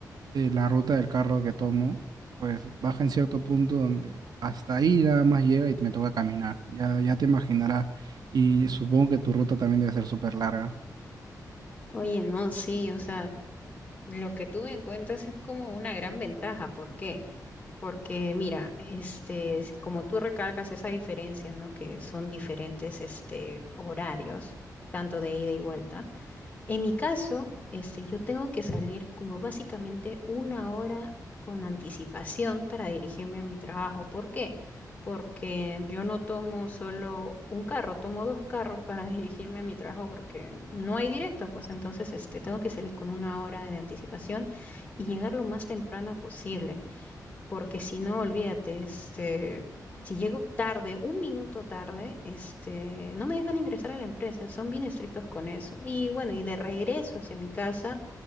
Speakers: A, on the right (about 75°); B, on the left (about 20°).
A: eh, la ruta del carro que tomo, pues baja en cierto punto donde hasta ahí nada más llega y me toca caminar. Ya, ya te imaginarás. Y supongo que tu ruta también debe ser súper larga.
B: Oye, no, sí, o sea, lo que tú me cuentas es como una gran ventaja. ¿Por qué? Porque mira, este, es como tú recalcas esa diferencia, ¿no? Que son diferentes, este, horarios, tanto de ida y vuelta. En mi caso, este, yo tengo que salir como básicamente una hora con anticipación para dirigirme a mi trabajo. ¿Por qué? Porque yo no tomo solo un carro, tomo dos carros para <laughs> dirigirme a mi trabajo porque no hay directo, pues entonces, este, tengo que salir con una hora de anticipación y llegar lo más temprano posible porque si no, olvídate, este, si llego tarde, un minuto tarde, este, no me dejan ingresar a la empresa, son bien estrictos con eso. Y bueno, y de regreso hacia mi casa,